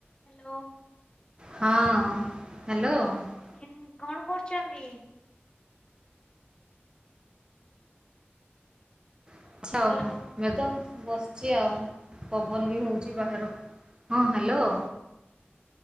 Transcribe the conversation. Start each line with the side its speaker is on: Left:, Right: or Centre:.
Left: Hello.
Right: ହଁ hello. ଆଚ୍ଛା
Left: ଆ କଣ କରୁଛନ୍ତି?
Right: <unintelligible>
Left: ହ୍ୟାଲୋ
Right: ବସିଛି ଆଉ ପବନ, ବି ହେଉଛି ବାହାରକୁ ହଁ ହ୍ୟାଲୋ।